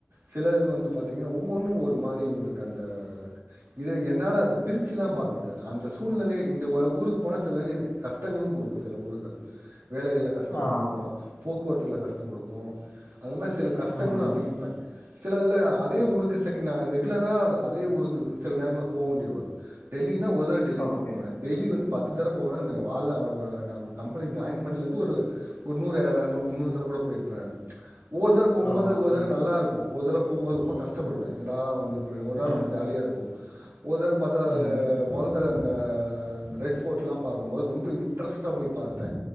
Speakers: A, on the right; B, on the left.
A: சிலது வந்து பாத்திங்கனா ஒவ்வொன்னு ஒரு மாரி உங்களுக்கு அந்த இத என்னால அத பிரிச்சயிலா பகக்க முடியாது அந்த சூழ்நிலைய இந்த ஒ ஊருக்கு போன சிலவங்க எனக்கு கஷ்டங்களு குடுக்கு சில ஊருகள் வேலைகள கஷ்டங்
B: ஆ.
A: கொடுக்கோ போக்குவரத்துல கஷ்டம் கொடுக்கோ அத மாரி சில கஷ்டங்களு
B: ம்.
A: அனுவிப்பே சில இதுல அதே ஊருக்கு செகண்ட்டா ரெகுலரா அத் அதே ஊருக்கு சில நேரங்கள போவேண்டியது வரு டெல்லின்னா ஒருதட டெல்லிக்கு
B: ஓகே.
A: போ போனே டெல்லி வந்து பத்து தர போவே நா வாழ்னா நா கம்பெனிக் ஜாயின் பண்ணலந்து ஒரு ஒரு நூறு எ எரனூரு முன்னூறு தரக்கூட போயிருப்பே நானு ஒவ்வொரு தரப்போம்போது
B: அப்பா!
A: ஒருதர
B: ம்.
A: நல்லா இருக்கு ஒருதரப்போம்போது ரொம்ப கஷ்டப்படுவே
B: ம்.
A: எங்கடா வந்திருக்கமே ஒரு நாள்
B: ம்.
A: ரொம்ப ஜாலியாக இருக்கு ஒருதர பாத்தா
B: ம்.
A: அ மொதல் தட அந்த ரெட் ஃபோர்ட்லா பாக்கம்போது ரொம்ப இன்ட்ரஸ்ட்டா போய் பாத்துட்டே